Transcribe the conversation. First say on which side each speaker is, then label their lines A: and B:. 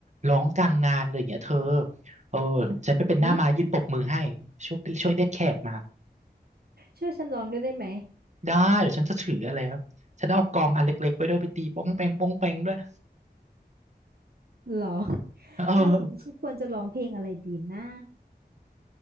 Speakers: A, on the right; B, on the right.
A: ร้องกลางงานเลยเนี่ยเธอเออฉันไปเป็นหน้าม้ายืนปรบมือให้ช่วยช่วยเรียกแขกมา
B: อุ้ยช่วยฉันร้องด้วยได้ไหม
A: ได้เดี๋ยวฉันจะถืออะไรแล้วฉันเอากลองอันเล็กๆไปด้วยไปตีป้องแปงป้องแปงด้วย
B: หรอ
A: เออ
B: แล้วแบบนี้ฉันควรจะร้องเพลงอะไรดีนะ